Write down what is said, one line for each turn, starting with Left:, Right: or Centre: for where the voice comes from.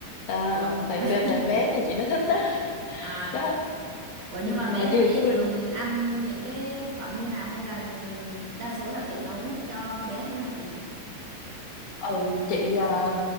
Left: à,
Right: Ủa?
Left: tại
Right: <laughs>
Left: bé tại bé nhà chị nó thích đó <laughs>
Right: à
Left: đó
Right: Ủa nhưng
Left: Ờ,
Right: mà bé
Left: mà
Right: nhà
Left: nhiều
Right: chị
Left: khi mình
Right: thường ăn những cái thực phẩm như nào hay là mình đa số là tự nấu cho bé thôi hả chị?
Left: ừ chị ờ,